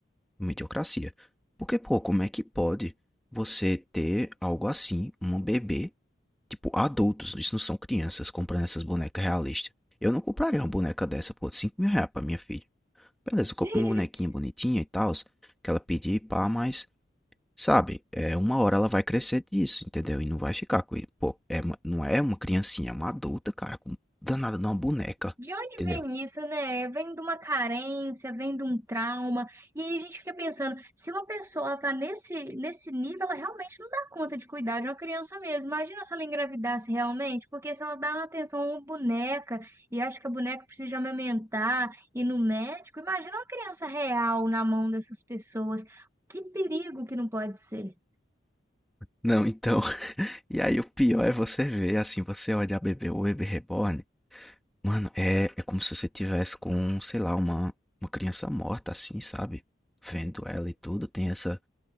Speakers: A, in the centre; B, on the right.
A: Uma idiocracia. Porque, pô, como é que pode você ter algo assim, um bebê, tipo, adultos, isso não são crianças, comprando essas bonecas realistas. Eu não compraria uma boneca dessa, pô, cinco mil reais pra minha filha. Beleza, eu compro
B: <laughs>
A: uma bonequinha bonitinha e tal, que ela pedir, pá, mas, sabe, é, uma hora ela vai crescer disso, entendeu? E não vai ficar com ele. Pô, é, uma- não é uma criancinha, é uma adulta, cara, com danada de uma boneca,
B: De onde
A: entendeu?
B: vem isso, né? Vem de uma carência, vem de um trauma. E aí a gente fica pensando, se uma pessoa tá nesse, nesse nível, ela realmente não dá conta de cuidar de uma criança mesmo. Imagina se ela engravidasse realmente, porque se ela dá uma atenção a uma boneca e acha que a boneca precisa amamentar, ir no médico, imagina uma criança real na mão dessas pessoas. Que perigo que não pode ser.
A: Não, então, <laughs> e aí o pior é você ver, assim, você olha a bebê, o bebê reborn, mano, é, é como se você tivesse com, sei lá, uma, uma criança morta, assim, sabe? Vendo ela e tudo, tem essa,